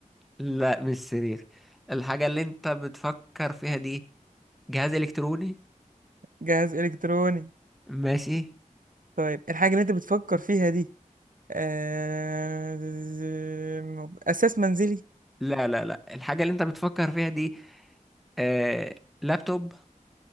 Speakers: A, in the centre; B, on the right (about 80°).
A: لا مش سرير الحاجة اللي انت بتفكر فيها دي جهاز الكتروني
B: جهاز الكتروني
A: ماشي
B: طيب الحاجه اللي انت بتفكر فيها دي آه... اساس منزلي
A: لا لا لا الحاجة اللي انت بتفكر فيها دي آه... لابتوب